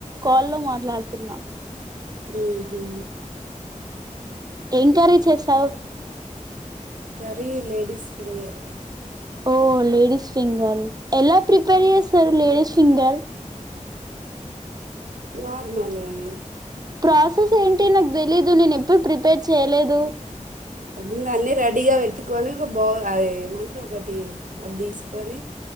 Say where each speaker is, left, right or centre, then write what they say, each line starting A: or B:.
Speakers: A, on the right (about 30°); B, on the right (about 80°).
A: కాల్లో మాట్లాడుతున్నా
B: ఊహు
A: ఏం కర్రీ చేసావు
B: కర్రీ లేెడీస్ ఫింగర్
A: ఓ లేడీస్ ఫింగర్ ఎలా ప్రిపేర్ చేస్తరు లేడీస్ ఫింగర్
B: నార్మల్ అది
A: ప్రాసెస్ ఏంటి నాకు తెలియుదు నేను ఎప్పు ప్రిపేర్ చేయలేదు
B: ముందు అన్నీ రెడీగా పెట్టుకొని ఒక బౌల్ అద ఏమంటారు ఒకటి అది తీసుకొని